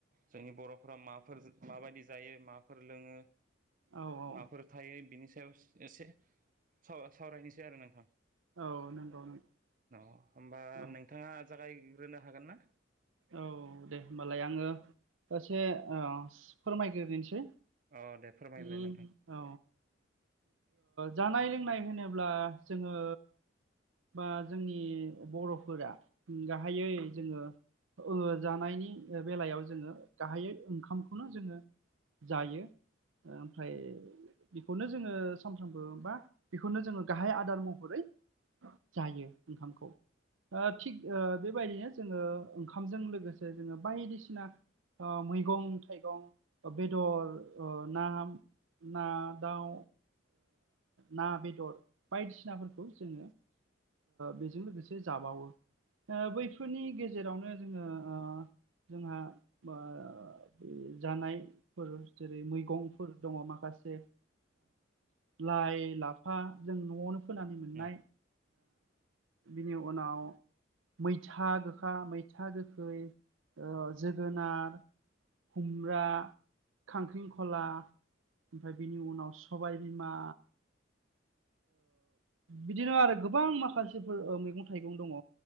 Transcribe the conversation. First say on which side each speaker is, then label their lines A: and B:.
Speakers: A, on the right; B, on the right.
A: जोंनि बरफोरा माफोर माबायदि जायो माफोर लोंङो
B: औ औ
A: माफोर थायो बिनि सायाव एसे सावरायनोसै आरो नोंथां
B: औ नंगौ नंगौ
A: <inaudible> होमबा
B: औ
A: नोंथाङा जागायग्रोनो हागोन ना
B: औ दे होमबालाय आंङो दासे फोरमायग्रोनोसै
A: अ दे फोरमायलाय
B: <unintelligible>
A: नोंथां
B: औ जानाय लोंनाय <inaudible> होनोब्ला जोंङो बा जोंनि बर'फोरा गाहायै जोङो जानायनि बेलायाव जोंङो गाहायै ओंखामखौनो जोंङो जायो ओमफ्राय बेखौनो जोंङो सानफ्रामबो बा बेखौनो जोंङो गाहाय आदार महरै जायो ओंखामखौ थिग बेबायदिनो जोंङो ओंखाम ओंखामजों लोगोसे जोंङो बायदिसिना मैगं थाइगं बेदर ना ना दाउ ना बेदर बायदिसिनाफोरखौ जोंङो बेजों लोगोसे जाबावो बैफोरनि गेजेरावनो जोंङो जोंहा बे जानायफोर जेरै मैगंफोर दंङ माखासे लाइ लाफा जों न'आवनो फोनानै मोननाय
A: नंगौ
B: बिनि उनाव मैथा गोखा मैथा मैथा गोखै, जोगोनार, खुमब्रा, खांख्रिंखला ओमफ्राय बिनि उनाव सबायबिमा बिदिनो आरो गोबां माखासेफोर मैगं थाइगं दङ